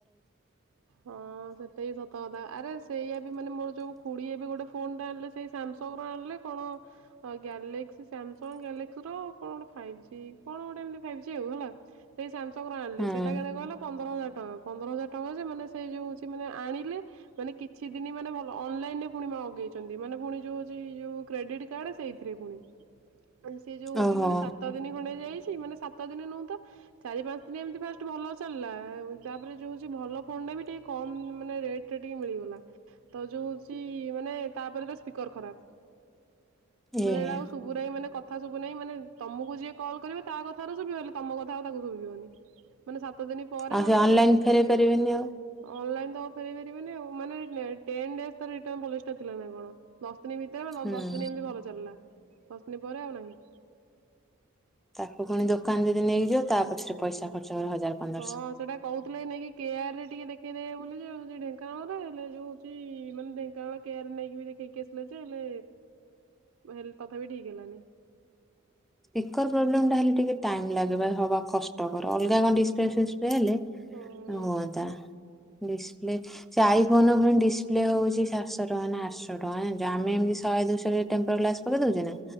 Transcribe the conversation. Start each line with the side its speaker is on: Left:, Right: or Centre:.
Right: ହଁ ସେଟା ବି ସତ କଥା ଆରେ ସେଇଆ ମାନେ ମୋର ଯଉ ଖୁଡି ହେବେ ଗୋଟେ ଫୋନଟେ ଆଣିଲେ ସେଇ ସାମସଙ୍ଗର ଆଣିଲେ କଣ ଗ୍ୟାଲେକ୍ସି ସାମସଙ୍ଗ ସାମସଙ୍ଗ ଗ୍ୟାଲେକ୍ସିର କଣ ଗୋଟେ ଫାଇଭ ଜି କଣ ଗୋଟେ ଫାଇଭ ଜି ଆଉ ହେଲା ସେଟାକୁ ଆଣିଲେ
Centre: ହୁଁ
Right: ସେଟା କେତେ କହିଲ ପନ୍ଦର ହଜାର ପନ୍ଦର ହଜାର ଟଙ୍କା ଯେ ମାନେ ସେଇ ଯୋଉ ହଉଛି ମାନେ ଆଣିଲେ ମାନେ କିଛି ଦିନ ମାନେ ଭଲ ଅନଲାଇନ ରେ ପୁଣି ମଗେଇଛନ୍ତି ମାନେ ପୁଣି ଯୋଉ ହଉଛି ଯୋଉ କ୍ରେଡିଟ୍ କାର୍ଡ ସେଇଥିରେ ପୁଣି ଆଉ ସିଏ ଯୋଉ ହଉଛି
Centre: ଓହୋ
Right: ମାନେ ସାତ ଦିନ ଖଣ୍ଡେ ହେଇଯାଇ ମାନେ ସାତ ଦିନ ନୁଉଁ ତ ଚାରି ପାଞ୍ଚ ଦିନ ଏମତି ଫାଷ୍ଟ ଭଲ ଚାଲିଲା। ତାପରେ ଯୋଉ ହଉଛି ଭଲ ଫୋନ ଟା ବି ଟିକେ କମ୍ ମାନେ ରେଟରେ ଟିକେ ମିଳିଗଲା। ତ ଯୋଉ ହଉଛି ମାନେ ତାପରେ ତା ସ୍ପିକର ଖରାପ। ମାନେ
Centre: ଏ
Right: ଏଇଟା
Centre: ହେ
Right: ଆଉ ସବୁ ନାହିଁ ମାନେ କଥ୍ କଥା ଶୁଭୁ ନାହିଁ ମାନେ ତମକୁ ଯିଏ କଲ୍ କରିବ ତା କଥ ଶୁବିବ ହେଲେ ତମ କଥା ତାକୁ ଶୁଭିବନି ମାନେ ସାତ ଦିନ ପରେ
Centre: ଆଉ
Right: ମାନେ
Centre: ସେ ଅନଲାଇନ ଫେରଇ ପାରିବେନି ଆଉ।
Right: ଅନଲାଇନ ତ ଅଉ ଫେରେଇପାରିବେନି ଆଉ ମାନ ଟେନ୍ ଡେଜ ତାର ରିଟର୍ନ ପଲିସ୍ ଥିଲା ନା କଣ ଦଶ ଦିନ ଭିତରେ
Centre: ହୁଁ
Right: ଦଶ ଦିନ ଏମିତି ଭଲ ଚାଲିଲା। ଦସଦିନି ପରେ ଆଉ ନାହିଁ।
Centre: ତାକୁ ଫୁଣି ଦୋକାନ ଯଦି ନେଇଯିବ ତା ପଛରେ ପଇସା ଖର୍ଚ୍ଚ କର ହଜାର ପନ୍ଦରଶହ।
Right: ହଁ ସେଟା କହୁଥିଲେ ନେଇକ କେଆର ରେ ଟିକେ ଦେ ଦେଖେଇ ଦେବେ ବୋଲି ଯେ ଢେଙ୍କାନାଳରେ ହେଲେ ଯୋଉ ହଉଛି ମାନେ ଢେଙ୍କାନାଳ କେୟାର ନେଇକି ଦେଖେଇକି ଆସିଲେ ଯେ ହେଲେ ହେଲେ ତଥାପି ଠିକ ହେଲାନି।
Centre: ସ୍ପିକର ପ୍ରୋବ୍ଲେ ଟା ହେଲେ ଟିକେ ଟାଇ ଲାଗ ହବା କଷ୍ଟକର ଅଲଗା କଣ ଡିସ୍ପିପ୍ଲେ ଫି ହେଲେ
Right: ହଁ
Centre: ହୁଅନ୍ତା ହେଲେ ସେ ଆଇଫୋନ ଉପରେ ଡିସିପ୍ଲେ ହେଉଛି ସାତଶହ ଟଙ୍କା ନା ଆଠଶହ ଟଙ୍କାଛ ଜନିଛ ଆମେ ଏମିତି ଶହେ ଦୁଶହ ଟେମ୍ପୋର ଗ୍ଲାସ୍ ପକେଇ ଦେଉଛେ ନା।